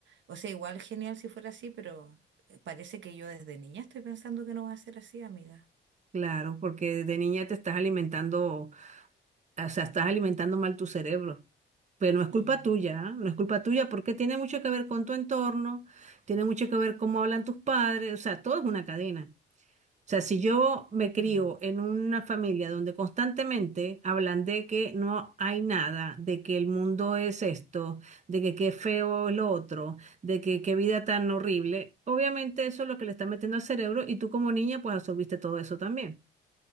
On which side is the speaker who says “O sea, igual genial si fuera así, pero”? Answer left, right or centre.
Right